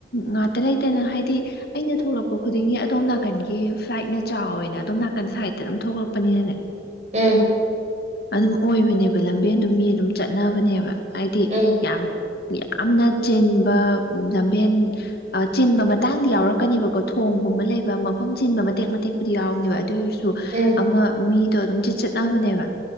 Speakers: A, on the left; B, on the right.
A: ꯉꯥꯛꯇ ꯂꯩꯇꯅ ꯍꯥꯏꯗꯤ ꯑꯩꯅ ꯊꯣꯛꯂꯛꯄ ꯈꯨꯗꯤꯡꯒꯤ ꯑꯗꯣꯝ ꯅꯥꯀꯟꯒꯤ ꯐ꯭ꯂꯥꯏꯠꯅ ꯆꯥꯎꯋꯦꯅꯦ ꯑꯗꯣꯝ ꯅꯥꯀꯟ ꯁꯥꯏꯠꯇ ꯑꯗꯨꯝ ꯊꯣꯛꯂꯛꯄꯅꯤꯅꯅꯦ
B: ꯎꯝ
A: ꯑꯗꯨꯝ ꯑꯣꯏꯕꯅꯦꯕ ꯂꯝꯕꯦꯟꯗꯣ ꯃꯤ ꯑꯗꯨꯝ ꯆꯠꯅꯕꯅꯦꯕ ꯍꯥꯏꯗꯤ
B: ꯎꯝ
A: ꯌꯥꯝ ꯌꯥꯝꯅ ꯆꯤꯟꯕ ꯂꯝꯕꯦꯟ ꯆꯤꯟꯕ ꯃꯇꯥꯡꯗꯤ ꯌꯥꯎꯔꯛꯀꯅꯤꯕꯀꯣ ꯊꯣꯡꯒꯨꯝꯕ ꯂꯩꯕ ꯃꯐꯝ ꯆꯤꯟꯕ ꯃꯇꯦꯛ ꯃꯇꯦꯛꯄꯨꯗꯤ ꯌꯥꯎꯔꯅꯤꯕ ꯑꯗꯨ ꯑꯣꯏꯔꯁꯨ
B: ꯎꯝ
A: ꯑꯃ ꯃꯤꯗꯣ ꯑꯗꯨꯝ ꯆꯠ ꯆꯠꯅꯕꯅꯦꯕ